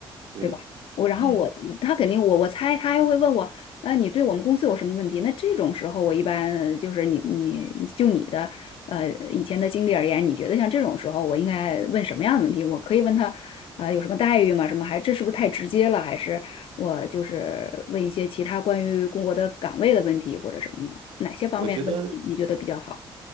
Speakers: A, on the right; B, on the left.
A: 对，
B: 对吧？我然后我他肯定我我猜他还会问我那你对我们公司有什么问题？
A: 嗯，
B: 那这种时候，我一般就是你你你就你的呃以前的经历而言，你觉得像这种时候，我应该问什么样的问题？我可以问他，呃，有什么待遇吗？什么还这是不是太直接了？还是我就是问一些其他关于工作的岗位的问题或者什么呢？哪些方面的问题你觉得比较好？
A: 我觉得